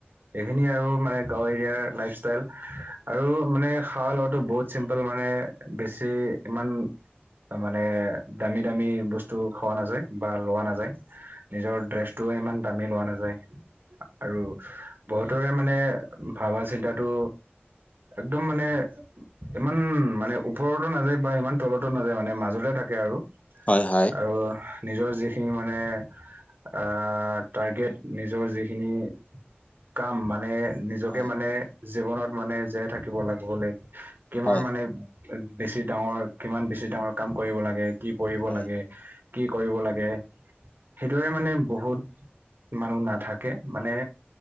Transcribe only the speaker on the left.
হয় হয়।
হয়
হয়
হয়।